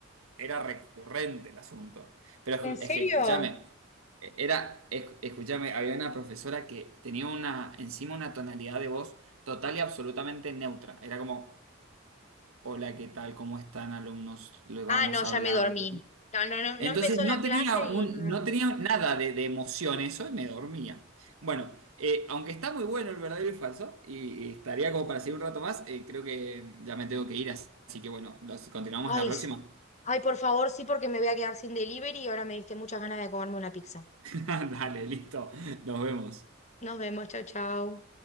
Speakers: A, on the right; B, on the left.
A: era recurrente el asunto. Pero
B: ¿En
A: escu-
B: serio?
A: es que, escúchame, eh, era, es- escúchame, había una profesora que tenía una, encima una tonalidad de voz total y absolutamente neutra. Era como, hola, ¿qué tal? ¿Cómo están, alumnos? Les
B: Ah,
A: vamos
B: no,
A: a
B: ya
A: hablar
B: me dormí.
A: de...
B: No, no, no,
A: Entonces
B: no empezó
A: no
B: la
A: tenía
B: clase
A: un,
B: y no.
A: no tenía nada de, de emoción eso y me dormía. Bueno, eh, aunque está muy bueno el verdadero y falso, y, y estaría como para seguir un rato más, eh, creo que ya me tengo que ir, así que bueno, los, continuamos
B: Ay,
A: en la próxima.
B: s- ay, por favor, sí, porque me voy a quedar sin delivery y ahora me diste muchas ganas de comerme una pizza.
A: <laughs> Dale, listo. Nos vemos.
B: Nos vemos, chau, chau.